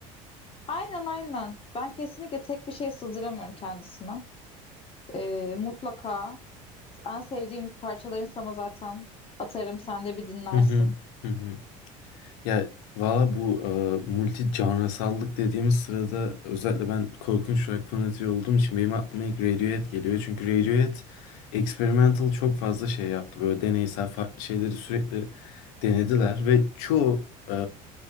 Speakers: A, on the left; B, on the left.
A: Aynen aynen. Ben kesinlikle tek bir şey sığdıramıyorum kendisine. E, mutlaka En sevdiğim parçalarını sana zaten atarım. Sen de bir
B: <laughs>
A: dinlersin.
B: Hı hı, hı hı. Ya valla bu e, multi canrısallık dediğimiz sırada özellikle ben korkunç rock fanatiği olduğum için benim aklıma ilk Radiohead geliyor. Çünkü Radiohead experimental çok fazla şey yaptı. Böyle deneysel farklı şeyleri sürekli denediler ve çoğu e,